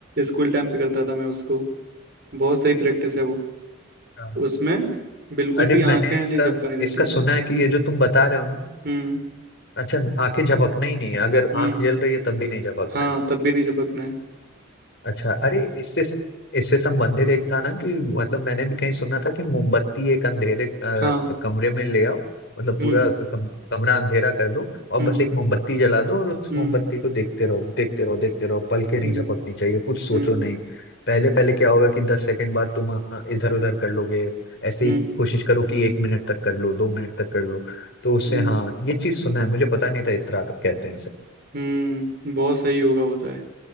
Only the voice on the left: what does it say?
हाँ।
अरे
मैंने इसका
इसका सुना है कि ये जो तुम बता रहे हो ना
अच्छा आंखें झपकना ही नहीं है अगर
आंख जल रही है तब भी नहीं झपकना
है
अच्छा अरे इससे इससे संबंधित एक था ना कि मतलब मैंने भी कहीं सुना था कि मोमबत्ती एक अंधेरे अ,
कमरे में ले आओ मतलब पूरा
कम, कमरा अंधेरा कर दो और
बस एक मोमबत्ती जला दो और उस
मोमबत्ती को देखते रहो देखते रहो देखते रहो पलके नहीं
झपकनी चाहिए कुछ सोचो
नहीं पहले पहले क्या होगा कि दस सेकंड बाद तुम इधर उधर कर लोगे ऐसे
ही कोशिश करो कि एक मिनट तक कर लो दो मिनट तक कर लो तो उससे
हाँ ये चीज सुना है मुझे पता नहीं था इत्रा तक कहते हैं इसे